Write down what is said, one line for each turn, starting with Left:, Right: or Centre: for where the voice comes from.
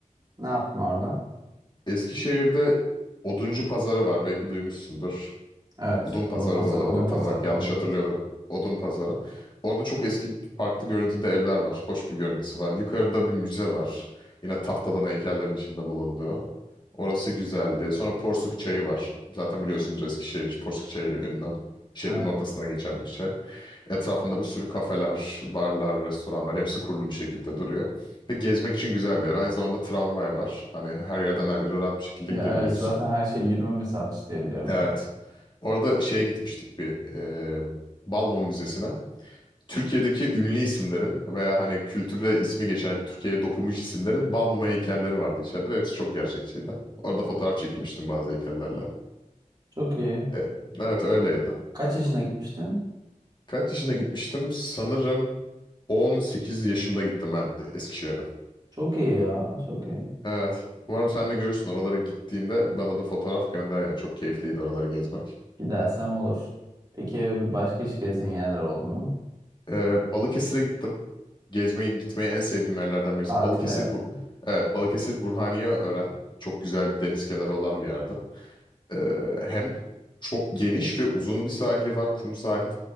Right: Ne yaptın orada?
Left: Eskişehir'de Oduncu Pazarı var. Belki duymuşsundur.
Right: Evet.
Left: Odun
Right: Odunpazarı.
Left: pazarı da olabilir.
Right: Odunpazarı.
Left: Tam olarak yanlış
Right: Odunpazarı.
Left: hatırlıyor olabilir. Odun pazarı. Orada çok eski farklı görüntüde evler var. Hoş bir görüntüsü var. Yukarıda bir müze var. Yine tahtadan heykellerin içinde bulunduğu. Orası güzeldi. Sonra Porsuk Çayı var. Zaten biliyorsunuz Eskişehir Porsuk Çayı ile ünlü. Şehrin
Right: Evet.
Left: ortasından geçen bir çay. Etrafında bir sürü kafeler, barlar, restoranlar hepsi kurulu bir şekilde duruyor. Ve gezmek için güzel bir yer. Aynı zamanda tramvay var. Hani her yerden her yere rahat bir şekilde
Right: Ya
Left: gidebiliyorsun.
Right: evet zaten her şey yürüme mesafesi diye biliyorum
Left: Evet.
Right: onu.
Left: Orada şeye gitmiştik bir e, Balmum Müzesi'ne. Türkiye'deki ünlü isimlerin veya hani kültürde ismi geçen hani Türkiye'ye dokunmuş isimlerin Balmum'a heykelleri vardı içeride ve hepsi çok gerçekçiydi. Orada fotoğraf çekilmiştim bazı heykellerle.
Right: Çok iyi.
Left: E, evet öyleydi.
Right: Kaç yaşına gitmiştin?
Left: Kaç yaşına gitmiştim? Sanırım 18 yaşımda gittim ben Eskişehir'e.
Right: Çok iyi ya. Çok iyi.
Left: Evet. Umarım sen de görürsün. Oralara gittiğinde bana da fotoğraf gönder yani. Çok keyifliydi oraları gezmek.
Right: Gidersem olur. Peki başka hiç gezdiğin yerler oldu mu?
Left: E, Balıkesir'e gittim. gezmeyi gitmeyi en sevdiğim yerlerden birisi.
Right: Tatile.
Left: Balıkesir bu evet Balıkesir Burhaniyeören çok güzel bir deniz kenarı olan bir yerde. Ee, hem çok geniş ve uzun bir sahili var, kum sahil.